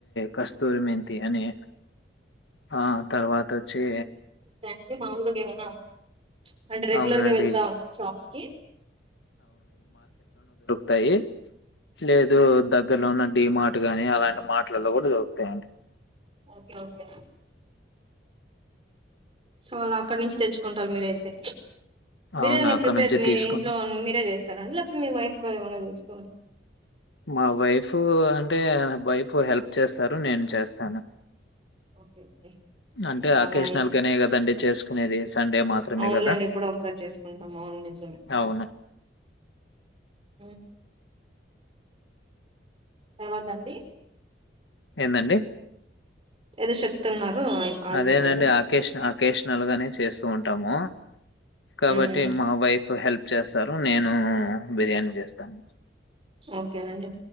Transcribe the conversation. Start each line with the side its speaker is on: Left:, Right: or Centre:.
Left: కస్తూరి మెంతి అని ఆ తర్వాత వచ్చి
Right: అంటే మామూలుగా ఏమైనా అంటే రెగ్యులర్
Left: అవునండి
Right: గా వెళ్తావా షాప్స్ కి
Left: తాయి లేదు దగ్గరలోన డి మాట్ గాని అలాంటి మార్ట్లలో కూడా దొరుకుతాయండి
Right: ఓకే ఓకే సో అలా అక్కడి నుంచి తెచ్చుకుంటారు మీరయితే బిర్యానీ
Left: అవును
Right: ఇప్పియ్యకపోయారు
Left: అక్కడ నుంచి
Right: మీ
Left: తీసుకున్నా
Right: ఇంట్లో మీరే చేస్త లేకపోతే మీ వైఫ్ గారు ఏమన్నా చూస్తుంది
Left: మా వైఫ్ అంటే వైఫ్ హెల్ప్ చేస్తారు నేను చేస్తాను
Right: ఓకే ఓకే
Left: అంటే
Right: ఇంకా
Left: ఆకేషనల్గానే
Right: అలా
Left: కదండి చేసుకునేది సండే మాత్రమే
Right: అవునులేడీ
Left: కదా!
Right: ఎప్పుడో ఒకసారి చేసుకుంటాం అవును నిజమే
Left: అవును.
Right: మ్మ్ తర్వాత అండి
Left: ఏందండి
Right: ఏదో చెప్తున్నారు ఆగి ఆగిపోయారు
Left: అదేనండి ఆకేష ఆకేషనల్ గానే చేస్తూ ఉంటాము కాబట్టి
Right: మ్మ్
Left: మా వైఫ్ హెల్ప్ చేస్తారు నేను బిర్యానీ చేస్తాను
Right: ఓకేనండి